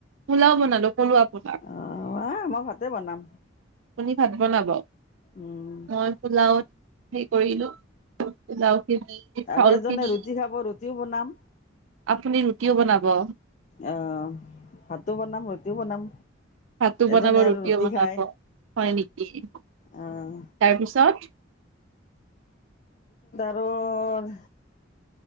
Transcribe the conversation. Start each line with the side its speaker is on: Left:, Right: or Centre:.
Right: পোলাও বনালো কলুৱা পোলাও।
Left: অ আহ মই ভাতে বনাম
Right: আপুনি ভাত বনাব।
Left: উম
Right: মই পোলাও সেই কৰিলো পোলাও খিনি চাউল
Left: আৰু এজনে
Right: খিনি
Left: ৰুটি খাব, ৰুটিও বনাম।
Right: আপুনি ৰুটিও বনাব।
Left: অ', ভাতো বনাম, ৰুটিও বনাম।
Right: ভাতো বনাব,
Left: এজনে
Right: ৰুটিও
Left: আৰু ৰুটি
Right: বনাব
Left: খায়
Right: হয় নেকি। তাৰপিছত।
Left: আহ অৰ